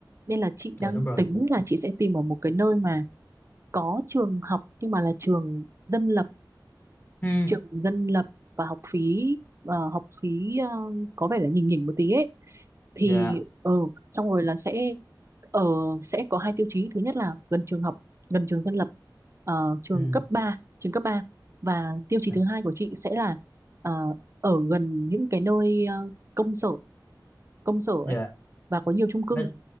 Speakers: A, on the right; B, on the left.
A: nên là chị đang
B: dạ đúng rồi
A: tính là chị sẽ tìm ở một cái nơi mà có trường học nhưng mà là trường dân lập
B: ừ
A: trường dân lập và học phí ờ, học phí ờ, có vẻ là nhỉnh nhỉnh một tí ấy thì
B: dạ
A: ờ xong rồi là sẽ ờ sẽ có hai tiêu chí thứ nhất là gần trường học gần trường dân lập ờ, trường
B: ừ
A: cấp ba trường cấp ba và tiêu chí
B: dạ
A: thứ hai của chị sẽ là ờ, ở gần những cái nơi ờ, công sở công sở
B: dạ.
A: ấy và có nhiều chung cư
B: Đó,